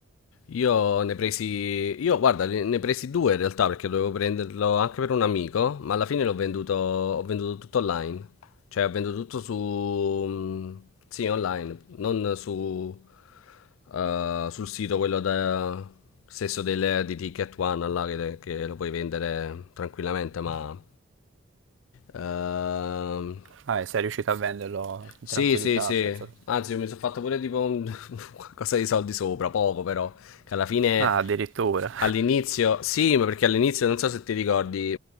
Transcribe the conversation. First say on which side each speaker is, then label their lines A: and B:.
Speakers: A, on the left (about 80°); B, on the right (about 70°).
A: Io ne presi, io guarda, ne ne presi due in realtà perché dovevo prenderlo anche per un amico, ma alla fine l'ho venduto, ho venduto tutto online. Cioè, ho venduto tutto su, mm, sì, online, non su, eh, sul sito quello da, stesso del, di Ticket One là, che, che lo puoi vendere tranquillamente, ma ehm,
B: Ah, e sei riuscito a venderlo in
A: sì,
B: tranquillità
A: sì, sì.
B: senza...
A: Anzi, io mi sono fatto pure tipo un... <laughs> qualcosa di soldi sopra, poco però, che alla fine
B: Ah, addirittura.
A: all'inizio, sì, ma perché all'inizio non so se ti ricordi,